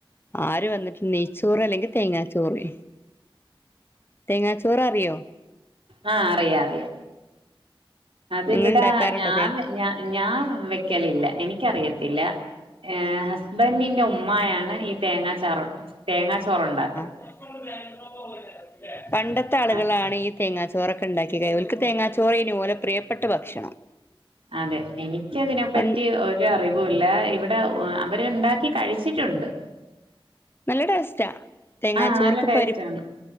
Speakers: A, on the left; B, on the right.
A: ആര് വന്നിട്ട് നെയ്ച്ചോറ് അല്ലെങ്കിൽ തേങ്ങാച്ചോറ് തേങ്ങാച്ചോറ് അറിയോ
B: ആഹ് അറിയ അറിയ അതിവിടാ
A: നിങ്ങൾ ഉണ്ടാക്കാറുണ്ടോ
B: ഞാൻ
A: തേ
B: ഞ ഞാൻ വെക്കലില്ല എനിക്കറിയത്തില്ല <unintelligible> ഹസ്ബൻറിന്റെ ഉമ്മായാണ് ഈ തേങ്ങാച്ചാറ് തേങ്ങാ ചോറ് ഉണ്ടാക്കല്
A: <unintelligible>
B: <inaudible>
A: പണ്ടത്തെ ആളുകളാണ്
B: ആഹ്
A: ഈ തേങ്ങാച്ചോറൊക്കെ ഉണ്ടാക്കിയ ക ഒൽക്ക് തേങ്ങാച്ചോറ് ഓലെ പ്രിയപ്പെട്ട ഭക്ഷണം
B: അതെ എനിക്ക് അതിനെപ്പറ്റി
A: പ
B: ഒരു ഒരറിവുല്ല ഇവിടെ അവരുണ്ടാക്കി കഴിച്ചിട്ടുണ്ട്
A: നല്ല ടേസ്റ്റാ തേങ്ങാച്ചോറൊക്കെ
B: ആഹ് നല്ല ടേസ്റ്റാണ്
A: പരിപ്പ്